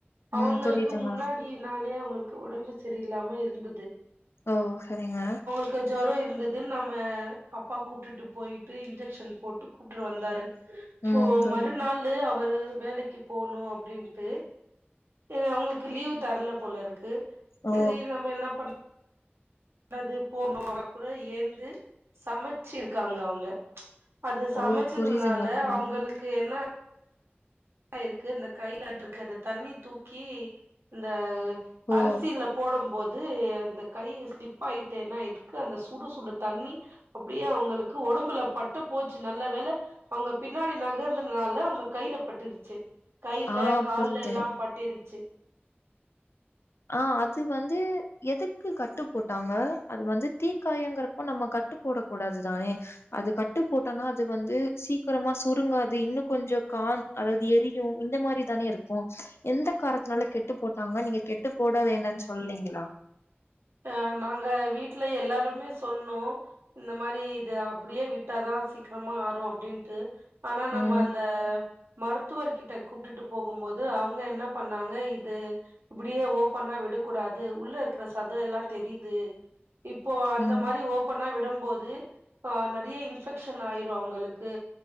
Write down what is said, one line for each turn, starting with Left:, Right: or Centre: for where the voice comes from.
Right: அவங்களுக்கு
Left: ம் புரியுதுங்க
Right: முன்னாடி நாளே அவுங்களுக்கு ஓடம்பு சரியில்லாம இருந்தது
Left: ஓ செரிங்க
Right: இப்ப ஜொரோ இருந்ததுன் நம்ம அப்பா கூப்ட்டுட்டு போய்ட்டு இன்ஜெக்ஷன் போட்டு கூப்ட்டுட்டு வந்தாரு இப்போ
Left: ம் புரியுது
Right: மறுநாள் லே அவரு வேலைக்கு போனு அப்டின்ட்டு அவங்களுக்கு லீவு தரல போல இருக்கு
Left: ஓ
Right: செரி நம்ம என்ன பண் னது போனா கூட ஏந்து சமச்சிருக்காங்க அவுங்க அது சமச்சதுனால
Left: ஓ புரியுதுங்க புரியுது
Right: அவுங்களுக்கு என்ன இருக்கு இந்த கையில பட்டுருக்கு அந்த தண்ணி தூக்கி இந்த
Left: ஓ
Right: அரிசில போடம் போது அந்த கை ஸ்லிப் ஆயிட்டு என்னாயிர்க்கு அந்த சுடு சுடு தண்ணி அப்டியே அவுங்களுக்கு ஒடம்புல பட்டு போச்சி நல்ல வேல அவுங்க பின்னாடி நகர்ந்தனால அவுங்க கையில பட்டுருச்சி கைல
Left: ஆ
Right: கால்ல
Left: புரியுது
Right: எல்லா பட் டிரிச்சி
Left: ஆ அது வந்து எதுக்கு கட்டு போட்டாங்க அது வந்து தீக்காயங்கறப்போ நம்ம கட்டு போட கூடாது தானே அது கட்டு போட்டனா அது வந்து சீக்கிரமா சுருங்காது இன்னு கொஞ்சோ கா அதாவது எரியு இந்த மாரி தானே இருக்கு எந்த காரத்னால கெட்டு போட்டாங்க நீங்க கெட்டு போட வேணான் சொல்லீங்களா
Right: அ நாங்க வீட்ல எல்லாருமே சொன்னோ இந்த மாரி இது அப்டியே விட் டாதா சீக்ரமா ஆறு அப்டின்ட்டு ஆனா நம்ம
Left: ம்,
Right: அந்த மருத்துவர் கிட்ட கூப்ட்டுட்டு போகும் போது அவுங்க என்ன பண்ணாங்க இது இப்டியே ஓபனா விடக்கூடாது உள்ள இருக்கற சத எல்லா தெரியிது இப்போ அந்த
Left: ம்.
Right: மாரி ஓப் பன்னா விடம்போது அ நெறைய இன்ஃபெக்க்ஷன் ஆயிரு அவுங்களுக்கு